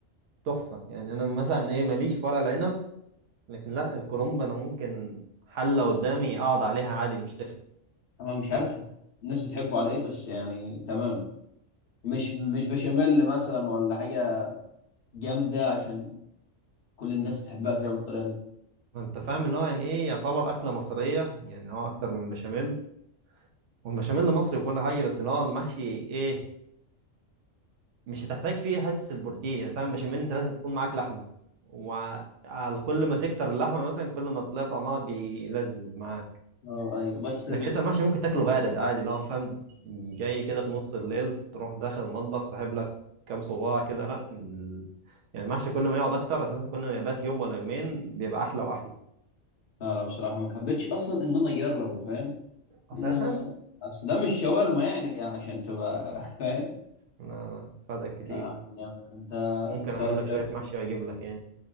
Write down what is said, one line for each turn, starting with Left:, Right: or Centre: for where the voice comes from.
Right: تحفه يعني انا مثلا ايه ماليش في ورق العنب لكن لا الكرومب انا ممكن حله قدامي اقعد عليها عادي مش تفرق
Left: انا مش عارف الناس بتحبه على ايه بس يعني تمام مش مش بشاميل مثلا ولا حاجة جامدة عشان كل الناس تحبها فيها بالطريقة دي
Right: ما انت فاهم اللي هو يعني ايه يعتبر اكله مصريه يعني هو اكتر من بشاميل والبشاميل مصري وكل حاجه بس اللي هو المحشي ايه مش هتحتاج فيه حته البروتين يعني فاهم بشاميل انت لازم تكون معاك لحمه وكل ما تكتر اللحمه مثلا كل ما تلاقي طعمها بيلذذ معاك
Left: اه ايوه بس
Right: لكن انت المحشي ممكن تاكله بارد عادي اللي هو فاهم جاي كده في نص الليل تروح داخل المطبخ ساحب لك كام صباع كده لا ال... يعني المحشي كل ما يقعد اكتر اساسا كل ما يبات يوم ولا يومين بيبقى احلى واحلى
Left: لا لا بصراحة ما حبيتش أصلا إن أنا أجربه فاهم
Right: اساسا
Left: إن أصل ده مش شاورما يعني عشان تبقى <laughs> فاهم
Right: لا لا فاتك كتير
Left: لا، يعني أنت
Right: ممكن
Left: بتعرف
Right: اعمل لك
Left: تعمل
Right: شويه محشي واجيب لك يعني